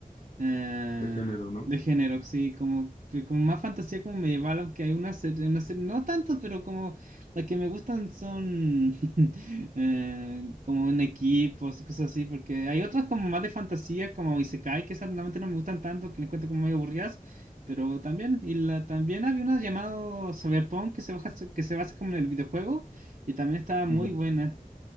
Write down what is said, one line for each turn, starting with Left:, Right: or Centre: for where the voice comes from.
Right: eh,
Left: de género, ¿no?
Right: de género, sí, como, que- como más fantasía como medieval, aunque hay una serie, una serie, no tanto, pero como las que me gustan son <laughs> eh, como en equipos y cosas así, porque hay otras como más de fantasía, como Isekai, que esas realmente no me gustan tanto, que le encuentro como muy aburridas, pero también, y la, también había una llamado Cyberpunk que se baja, que se basa como en el videojuego, y también estaba muy
Left: Ujú.
Right: buena.